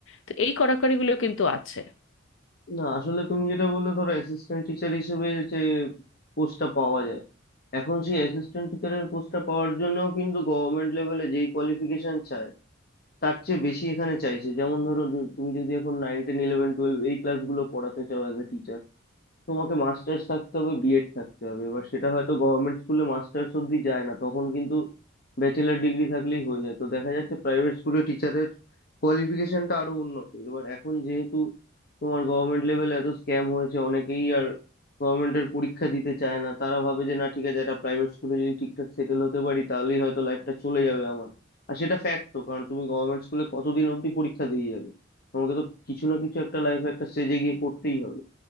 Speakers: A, on the left (about 70°); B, on the left (about 50°).
A: তো এই কড়াকড়িগুলো কিন্তু আছে
B: না আসলে তুমি যেটা বললে ধরো অ্যাসিস্ট্যান্ট টিচার হিসেবে যে পোস্টটা পাওয়া যায় এখন সেই অ্যাসিস্ট্যান্ট টিচারের পোস্টটা পাওয়ার জন্যও কিন্তু গভর্নমেন্ট লেভেলে যেই কোয়ালিফিকেশন চায় তার চেয়ে বেশি এখানে চাইছে যেমন ধরো যে তুমি যদি এখন নাইন টেন ইলেভেন টুয়েলভ এই ক্লাসগুলো পড়াতে চাও অ্যাজ এ টিচার তোমাকে মাস্টার্স থাকতে হবে বিএড থাকতে হবে এবার সেটা হয়তো গভর্নমেন্ট স্কুলে মাস্টার্স অব্দি যায় না তখন কিন্তু ব্যাচেলার ডিগ্রি থাকলেই হয়ে যায় তো দেখা যাচ্ছে প্রাইভেট স্কুলে টিচারের কোয়ালিফিকেশনটা আরো উন্নত এবার এখন যেহেতু তোমার গভর্নমেন্ট লেভেলে এত স্ক্যাম হয়েছে অনেকেই আর গভর্নমেন্টের পরীক্ষা দিতে চায় না তারা ভাবে যে না ঠিক আছে একটা প্রাইভেট স্কুলে যদি ঠিকঠাক সেটেল হতে পারি তাহলেই হয়তো লাইফটা চলে যাবে আমার আর সেটা ফ্যাক্টও কারণ তুমি গভর্নমেন্ট স্কুলে কতদিন অব্দি পরীক্ষা দিয়ে যাবে তোমাকে তো কিছু না কিছু একটা লাইফে একটা স্টেজে গিয়ে করতেই হবে